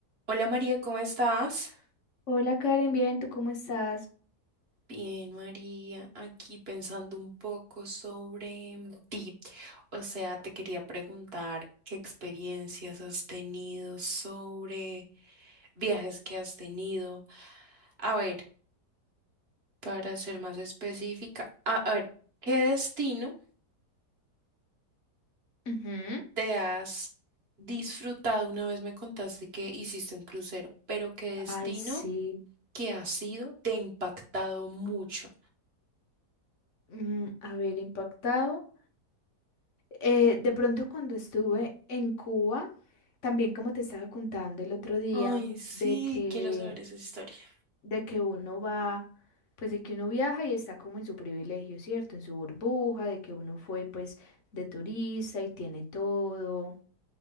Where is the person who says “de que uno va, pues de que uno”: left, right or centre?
Left